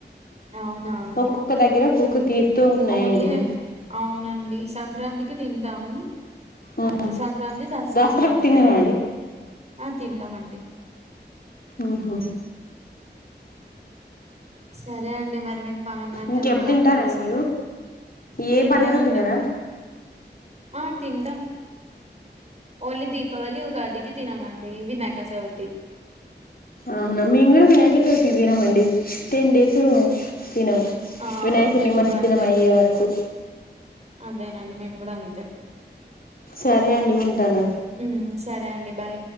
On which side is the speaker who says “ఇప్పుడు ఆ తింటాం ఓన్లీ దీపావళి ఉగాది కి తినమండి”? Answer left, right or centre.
Right